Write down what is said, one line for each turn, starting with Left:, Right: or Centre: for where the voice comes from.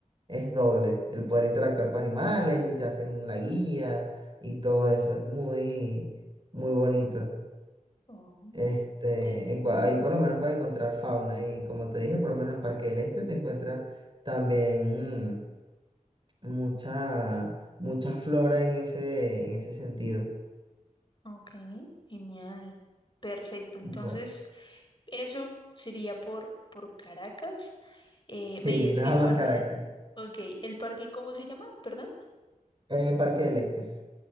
Right: es doble. El poder interactuar con animales y te hacen la guía y todo eso, es muy, muy bonito.
Left: Oh,
Right: Este,
Left: ok.
Right: en cua- ahí por lo menos para encontrar fauna. Y como te dije, por lo menos en Parque del Este te encuentras también mm, mucha, mucha flora en ese, en ese sentido.
Left: ok, genial. Perfecto. Entonces...
Right: Bueno,
Left: Eso sería por, por Caracas. Eh,
Right: sí,
Left: me dijiste
Right: <laughs> nada
Left: que el
Right: más
Left: parque,
Right: Caracas.
Left: ok, ¿el parque cómo se llama? Perdón.
Right: Eh, Parque del Este.